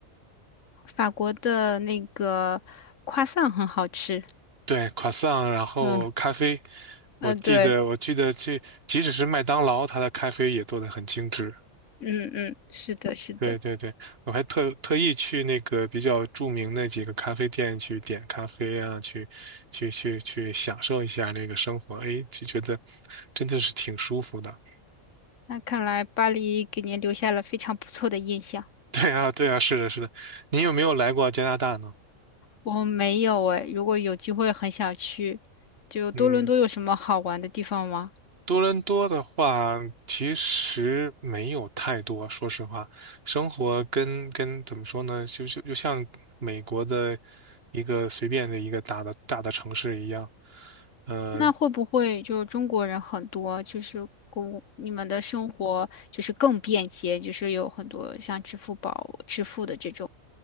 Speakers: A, on the left; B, on the right.
A: 法国的那个夸 r 很好吃。
B: 对，croissant，然后咖啡，
A: 嗯
B: 我记得我记得去，
A: 嗯，对，
B: 即使是麦当劳，它的咖啡也做得很精致。
A: 嗯嗯，是的，是的。
B: 对对对，我还特特意去那个比较著名的几个咖啡店去点咖啡啊，去去去去享受一下那个生活，哎，就觉得真的是挺舒服的。<laughs>
A: 那看来巴黎给您留下了非常不错的印象。
B: 对啊，对啊，是的，是的。你有没有来过加拿大呢？
A: 我没有诶，如果有机会很想去。就多伦多有什么好玩的地方吗？
B: 嗯，多伦多的话，其实没有太多，说实话，生活跟跟怎么说呢，就就就像美国的一个随便的一个大的大的城市一样。呃
A: 那会不会就是中国人很多，就是公你们的生活就是更便捷，就是有很多像支付宝支付的这种，